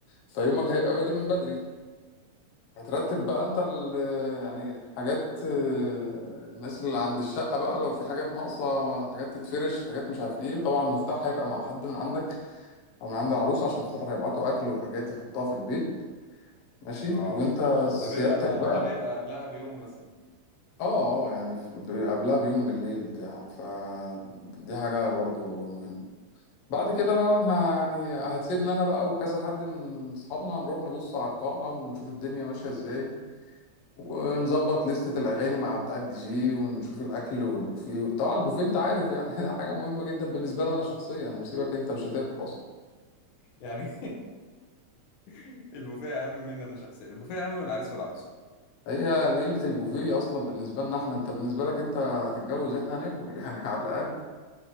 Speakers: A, on the left (about 60°); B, on the left (about 80°).
A: فيومك هيبقى بادئ من بدري هترتب بقى انت ال يعني حاجات آه، الناس اللي عند الشقة بقى لو في حاجات ناقصة حاجات تتفرش حاجات مش عارف ايه وطبعا المفتاح هيبقى مع حد من عندك او من عند العروسة عشان خاطر هيبعتوا اكل وحاجات يحطها في البيت ماشي
B: اه
A: وانت سيادتك
B: ده بيبقى بقى
A: بقى
B: ده بيبقى قبلها بيوم مثلا
A: اه اه يعني في- ب- قبلها بيوم بالليل بتاع فدي حاجة برضو مهمة بعد كده بقى احنا يعني هتسيبنا انا بقى وكذا حد من اصحابنا نروح نبص على القاعة ونشوف الدنيا ماشية ازاي ونظبط لستة الاغاني مع بتاع الدي جي ونشوف الاكل والبوفيه طبعا البوفيه انت عارف يعني <laughs> ده حاجة مهمة جدا بالنسبة لي انا شخصيا سيبك انت مش هتاكل اصلا
B: يعني <laughs> البوفيه اهم مني انا شخصيا البوفيه اهم من العريس والعروسه
A: هي ليلة البوفيه اصلا بالنسبة لنا احنا انت بالنسبة لك انت هتتجوز احنا هناكل <laughs> يعني على الاقل